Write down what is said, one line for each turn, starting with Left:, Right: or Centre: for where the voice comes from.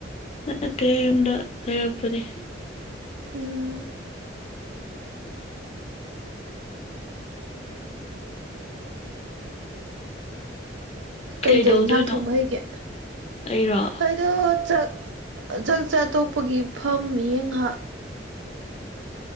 Left: ꯅꯠꯇꯦꯍꯦ ꯌꯨꯝꯗ ꯂꯩꯔꯛꯄꯅꯦ
Right: ꯎꯝ ꯀꯩꯀꯩ
Left: ꯀꯩꯗꯧꯗꯣꯏꯅꯣ
Right: ꯏꯟꯖꯥꯡ ꯊꯣꯡꯕ ꯍꯩꯒꯦ
Left: ꯑꯩꯔꯣ
Right: ꯑꯩꯗꯣ ꯆꯠ ꯆꯥꯛ ꯆꯥ ꯇꯣꯛꯄꯒꯤ ꯐꯝ ꯃꯤꯠꯌꯦ ꯉꯍꯥꯛ